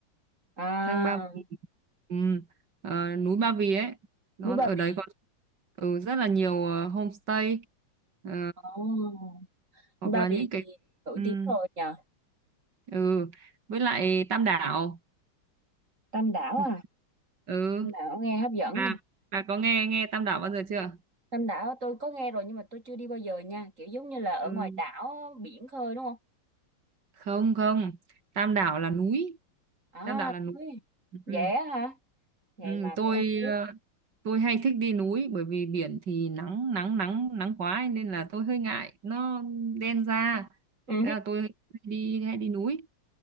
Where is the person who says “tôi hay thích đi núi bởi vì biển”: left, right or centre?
Right